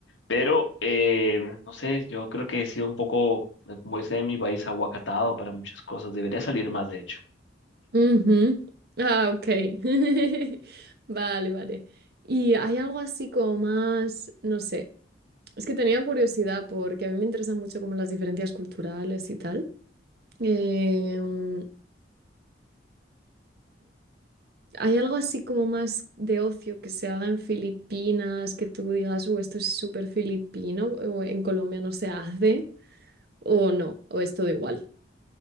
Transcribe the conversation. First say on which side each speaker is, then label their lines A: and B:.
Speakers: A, on the left; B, on the right.
A: Pero, eh, no sé, yo creo que he sido un poco, eh, como dice en mi país, aguacatado para muchas cosas. Debería salir más, de hecho.
B: Ujú. Ah, ok. <laughs> Vale, vale. ¿Y hay algo así como más, no sé, es que tenía curiosidad porque a mí me interesan mucho como las diferencias culturales y tal. Em, ¿Hay algo así como más de ocio que se haga en Filipinas, que tú digas, uh, esto es súper filipino, o en Colombia no se hace, o no, o es todo igual?